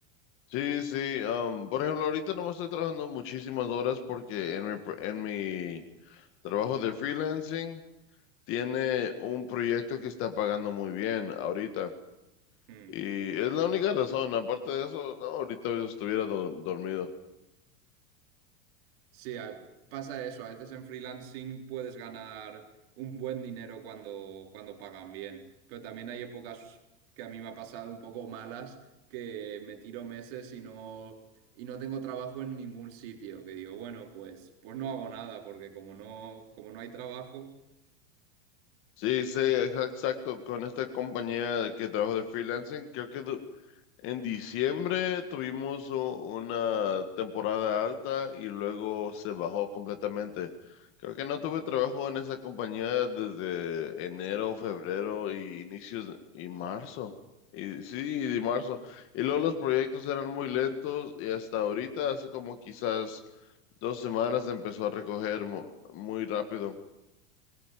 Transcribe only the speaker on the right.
Mm.
Sí, a- pasa eso. A veces en freelancing puedes ganar un buen dinero cuando, cuando pagan bien, pero también hay épocas que a mí me ha pasado un poco malas, que me tiro meses y no, y no tengo trabajo en ningún sitio, que digo, bueno, pues, pues no hago nada, porque como no, como no hay trabajo...